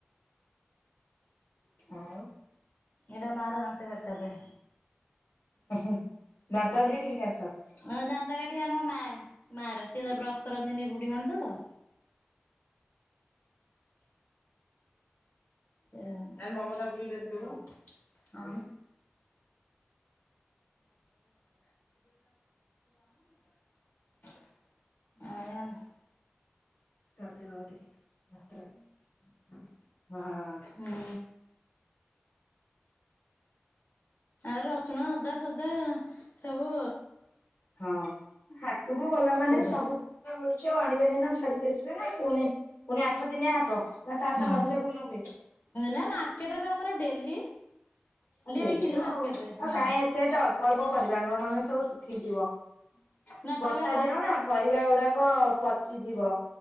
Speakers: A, on the left; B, on the left.
A: ଆଉ
B: ହେରା ମାର ଦାନ୍ତ କାଠିଟା ବେ।
A: ଉଁ ହୁଁ ଦାନ୍ତକାଠି ବି କିଣିକି ଅଣୁଚ?
B: ହଁ ଦାନ୍ତ କାଠି ଆମ ମା ମାର ସିଏ ତ ବ୍ରସ କରନ୍ତିନି ବୁଢୀ ମଣିସ ତ। ଏ ଆମ୍ <unintelligible> ଯାଆନି ମମତା ଖୁଡିକୁ ଡାକିଦୋବୁ
A: ହଁ
B: ଆଉ। <unintelligible> ଆୟାନ୍।
A: <unintelligible> ହଁ।
B: ହୁଁ। ଆଉ ରସୁଣ ଅଦା ଫଦା ସବୁ।
A: ହଁ ହାଟକୁ ଗଲା ମାନେ
B: କୋଉଟା
A: ସବୁ ପରିବା ମିଳୁଚି ଆଉ ଆଣିବେନି ନା ଛାଡିକି ଆସିବେ ନା ପୁଣି ପୁଣି ଆଠ ଦିନିଆ ହାଟ ନା ତାପରେ
B: ହଁ
A: ମଝିରେ କୋଉ ଦିନ ହୁଏ।
B: ନା ମାର୍କେଟରେ ପା ଆମର ଡେଲି।
A: ଆ ଡେଲି
B: ବିକ୍ରି
A: ତ
B: ମାର୍କେଟ
A: ଆଉ,
B: ରେ
A: ଆଉ
B: ହଁ
A: କାଇଁ ଏତେ ତ ଅଳ୍ପ ପରିବା ଆଣିବ ନହେନେ ଏ ସବୁ ଶୁଖିଯିବ
B: ନା କହିବେ
A: ବର୍ଷା
B: ହା
A: ଦିନ ନା। ପରିବା ଗୁଡାକ ପଚିଯିବ।